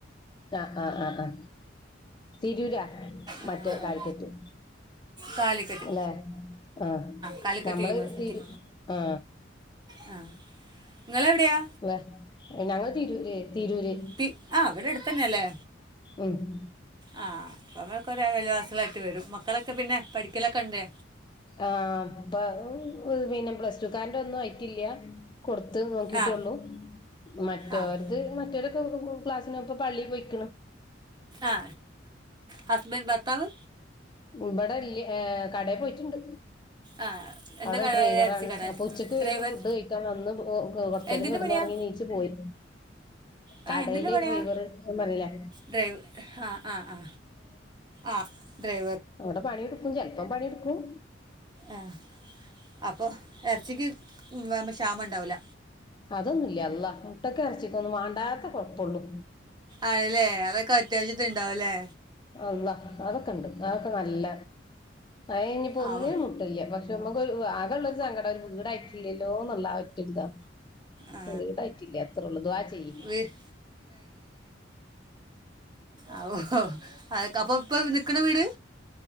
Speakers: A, on the left; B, on the right.
A: ആ ആ ആ ആ തിരൂരാ
B: ഏഹ്,
A: മറ്റേ കാൽക്കറ്റ്
B: കാലിക്കറ്റ്
A: ല്ലെ ആ
B: കാലിക്കറ്റ്
A: ഞമ്മള്
B: യൂണിവേഴ്സിറ്റി
A: <unintelligible> ആ
B: ആ നിങ്ങളെവിടെയാ
A: വ അ ഞങ്ങള് തിരൂര് തിരൂര്
B: തി ആ വിടെ അടുത്തന്നെല്ലേ
A: ഉം
B: ആ <unintelligible> ക്ക ഒരെ അയൽവാസ്യേളായിട്ട് വരും മക്കളൊക്കെ പിന്നെ പഠിക്കലൊക്കെ ണ്ടെ
A: ആ പ്പ എർ പിന്നെ പ്ലസ് ടു കാര്ടെഒന്നു ആയിറ്റില്ല കൊടുത്ത് നോക്കീറ്റൊള്ളൂ
B: ആ
A: മറ്റോര്ത്
B: ആ
A: മറ്റൊലൊ <unintelligible> ക്ലാസ്സിനൊക്കെ പള്ളീ പൊയ്ക്ക്ണ്
B: ആ ഹസ്ബൻ്റ് ഭർത്താവ്
A: ഇബടല്ല ഏ കടേ പോയ്റ്റ്ണ്ട്
B: ആ എന്താ
A: അവ്ടെ
B: കട
A: ഡ്രൈവറാണ്
B: ഇറച്ചി കട
A: അപ്പൊ ഉച്ചക്ക്
B: ഡ്രൈവർ
A: വരും ഫുഡ് കഴിക്കാൻ വന്ന് പ് ഒ കൊ കൊർച്ചേരം
B: എന്തിൻ്റെ
A: കെടന്നൊറ
B: പണിയാ
A: ഉറങ്ങി നീച്ച് പോയി
B: ആ
A: കടേല്
B: എന്തിൻ്റെ പണിയാ
A: ഡ്രൈവറ് എന്നറീലെ
B: ഡ്രൈവ് ഹാ ആ ആ ആ ഡ്രെ
A: അവ്ടെ പണിട്ക്കും ചെൽപ്പൊ പണിട്ക്കും
B: ആ അപ്പോ എർച്ചിക്ക് വാമക്ഷാമണ്ടാവുല
A: അതൊന്നുല്ല അള്ളാ മുട്ടക്കു അർച്ചിക്കൊന്നും വാണ്ടാത്ത കൊഴ്പ്പൊള്ളു
B: ആണ്ലേ അതൊക്കെ <unintelligible> ണ്ടാവുല്ലേ
A: അള്ളാ അതൊക്കണ്ട് അതൊക്കെ നല്ല അഏ ഞ്ഞിപ്പോ ഒന്നിനും
B: ആവോ
A: മുട്ട്ല്ല പക്ഷെ മ്മക്കൊ വ ആകെള്ളൊരു സങ്കടം വീടായ്റ്റില്ലല്ലോ ന്ന്ള്ള ആ ഒറ്റൊരു താ
B: ആ,
A: വീടായ്റ്റില്ല അത്രൊള്ളൂ ദുആ ചെയ്യിം <inaudible>
B: വീ- അവൊ ഹൊ അഹ് ക്കപ്പൊ പ്പൊ ന്ക്ക്ണ വീട്